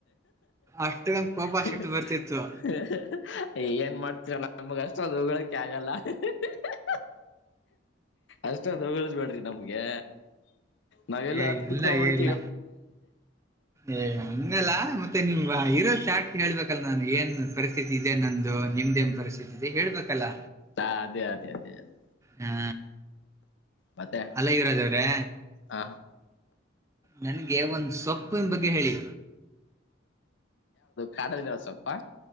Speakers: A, on the right (about 15°); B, on the left (about 65°).
A: ಅಷ್ಟು ನಂಗ್ ಕೋಪ
B: ಹಕ್
A: ಸಿಟ್ಟು ಬರ್ತಿತ್ತು
B: ಹಾಆಕ್ಕ್ ಏನ್ ಮಾಡ್ತೀರೋ ನಮಗೆ ಅಷ್ಟೊಂದ್ ಹೊಗಳೋಕೆ ಆಗಲ್ಲಹಿಖಿಕ್ ಹಾಆಆಅ ಅಷ್ಟೊಂದು ಹೋಗಳಸಬೇಡ್ರಿ ನಮಗೆ ನಾವೆಲ್ಲ
A: ಏ
B: ಹತ್ತ
A: ಇಲ್ಲ
B: ಕುತ್ಕೊಬಟ್ಟು
A: ಇಲ್ಲ ಏ ಹಂಗಲ್ಲ ಮತ್ತೆ ನೀಮ್ಮ ಇರೋ ಸಾಕ್ ಕೆಳ್ಬೇಕಲ್ಲ ನಾನು ಏನ್ ಪರಿಸ್ಥಿತಿ ಇದೆ ನಂದು ನಿಮ್ದೇ ಪರಿಸ್ಥಿತಿದೆ ಹೇಳ್ಬೇಕಲ್ಲ
B: ಹಾ ಅದೇ ಅದೇ ಅದೇ ಅದೇ
A: ಹಾ
B: ಮತ್ತೆ
A: ಅಲ್ಲ ಯುವರಾಜ್ ಅವ್ರೆ
B: ಹ
A: ನನಗೆ ಒಂದ್ ಸೊಪ್ಪಿನ ಬಗ್ಗೆ ಹೇಳಿ
B: ಕಾಡಲ್ಲಿ ಇರೋ ಸೊಪ್ಪು